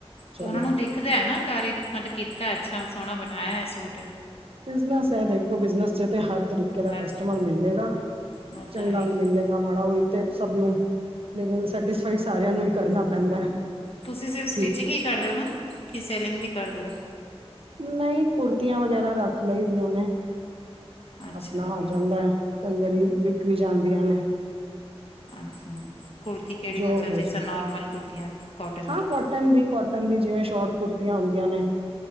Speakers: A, on the right; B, on the left.
A: ਚਲੋ
B: ਉਹਨਾ ਨੂੰ ਦੇਖਦਾ ਹੈ ਨਾ ਕਰ ਮਤਲਬ ਕੀਤਾ ਅੱਛਾ, ਸੋਹਣਾ ਬਣਾਇਆ ਹੈ ਸੂਟ।
A: ਬਿਜਨਸ ਹੈ, ਦੇਖੋ ਬਿਜਨਸ'ਚ ਤੇ, ਹਰ ਤਰੀਕੇ ਦਾ
B: ਹਰ
A: ਕਸਟਮਰ
B: ਚ-
A: ਮਿਲੇਗਾ
B: ਉਹ
A: ਚੰਗਾ
B: ਤਾਂ ਹੈ ਹੀ
A: ਵੀ ਮਿਲੇਗਾ, ਮਾੜਾ ਉਹੀ ਤੇ ਸਭ ਨੂੰ ਲੇਕਿਨ, ਸੈਟਿਸਫਾਈ ਸਾਰਿਆਂ ਨੂੰ ਹੀ, ਕਰਨਾ ਪੈਂਦਾ।
B: ਤੁਸੀਂ ਸਿਰਫ ਸਟਿਚਿੰਗ
A: ਕਿ
B: ਹੀ ਕਰਦੇ ਹੋ ਨਾ, ਕਿ ਸੇਲਿੰਗ ਵੀ? ਕਰ ਦਿਓ।
A: ਨਹੀਂ ਕੁੜਤੀਆਂ ਵਗੈਰਾ ਰੱਖ ਲਈ ਦੀਆਨੇ।
B: ਅੱਛਾ
A: ਆਪਣਾ
B: ਠੀਕ
A: ਆ ਜਾਂਦਾ ਹੈ। ਕਈ ਵਾਰੀ, ਵਿਕ ਵੀ ਜਾਂਦੀਆਂ ਨੇ।
B: ਅੱਛਾ। ਕੁੜਤੀ ਕਿਹੜੀ
A: ਜੋ,
B: ਮਤਲਬ
A: ਹੋ,
B: ਜਿਸ ਤਰ੍ਹਾਂ ਨੋਰਮਲ ਕੁੜਤੀਆਂ ਕੋਟਨ
A: ਹਾਂ
B: ਦੀ
A: ਕੋਟਨ ਦੀ ਕੋਟਨ ਦੀ, ਜਿਵੇਂ ਸ਼ੋਰਟ ਕੁੜਤੀਆਂ ਆਉਦੀਆਂ ਨੇ।